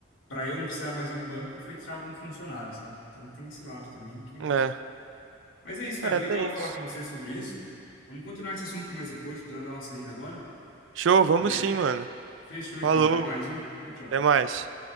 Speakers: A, on the left (about 85°); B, on the right (about 75°).
A: para eu não precisar mais ir no banco, foi tirado um funcionário, sabe? Então tem esse lado também que.
B: É,
A: Mas é isso, cara.
B: é,
A: Legal
B: tem
A: falar
B: isso.
A: com você sobre isso. Vamos continuar esse assunto mais depois, precisar dar uma saída agora,
B: Show, vamos
A: beleza?
B: sim, mano.
A: Fechou, então.
B: Falou,
A: Até mais, viu? Tchau, tchau.
B: até mais.